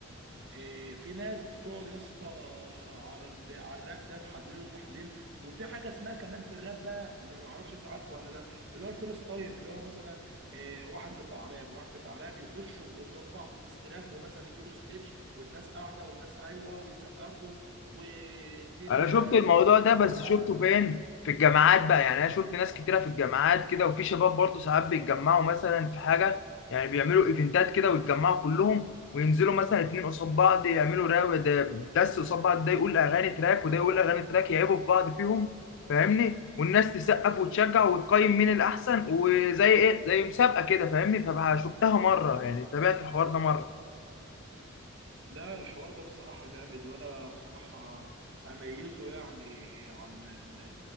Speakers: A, on the right; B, on the left.
A: إيه، في ناس بتقعد يا اسطى على ال- على الراب ده تحلله التحليل وفي حاجه اسمها كمان في الراب بقى اللي ما اعرفش انت عارفه ولا لا اللي هو الفيرست تايم اللي هو مثلا إيه، واحد بتاع راب واحد بتاع راب يخشوا قدام بعض ديستراك ومثلا يجيبوا ستيج والناس قاعده والناس ايوه ويسقفوا والدنيا
B: انا شفت الموضوع
A: دي
B: ده
A: تمام
B: بس شفته فين في الجامعات بقى يعني انا شفت ناس كتيره في الجامعات كده وفي شباب برضو ساعات بيتجمعوا مثلا في حاجه يعني بيعملوا ايفنتات كده ويتجمعوا كلهم وينزلوا مثلا اتنين قصاد بعض يعملوا راو ده دس قصاد بعض ده يقول اغاني تراك وده يقول اغاني تراك يعيبوا في بعض فيهم فاهمني والناس تسقف وتشجع وتقيم مين الاحسن وزي ايه زي مسابقه كده فاهمني فشفتها مره يعني تابعت الحوار ده مره
A: لا الحوار ده بصراحه جامد وانا بصراحه اميزه يعني عن ال